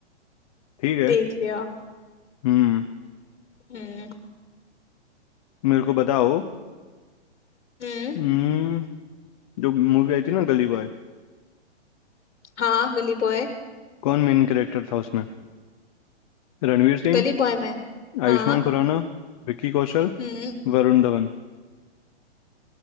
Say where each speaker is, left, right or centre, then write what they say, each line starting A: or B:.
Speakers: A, on the left; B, on the left.
A: ठीक है
B: देख लिया
A: हम्म
B: हम्म
A: मेरे को बताओ
B: हम्म,
A: हम्म जो मूवी आई थी ना गली बॉय
B: हाँ गली बॉय
A: कौन मेन कैरेक्टर था उसमें रणवीर सिंह
B: गली बॉय में
A: आयुष्मान
B: हाँ
A: खुराना विक्की कौशल
B: हम्म
A: वरुण धवन